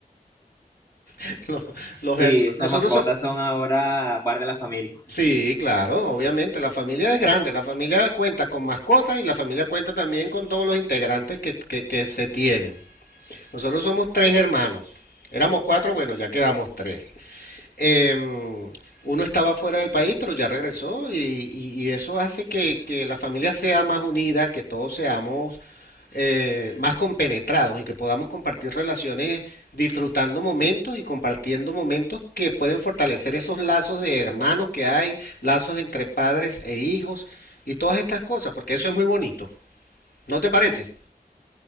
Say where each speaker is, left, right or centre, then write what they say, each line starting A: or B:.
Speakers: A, on the left; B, on the left.
A: <laughs> Los, los
B: Sí,
A: her-
B: esas
A: nosotros
B: mascotas
A: somos,
B: son ahora parte de la familia.
A: sí, claro, obviamente, la familia es grande, la familia cuenta con mascotas y la familia cuenta también con todos los integrantes que, que que se tienen. Nosotros somos tres hermanos, éramos cuatro, bueno, ya quedamos tres. em, uno estaba fuera del país, pero ya regresó y, y- y eso hace que, que la familia sea más unida, que todos seamos eh, más compenetrados y que podamos compartir relaciones disfrutando momentos y compartiendo momentos que pueden fortalecer esos lazos de hermanos que hay, lazos entre padres e hijos y todas estas cosas, porque eso es muy bonito. ¿No te parece?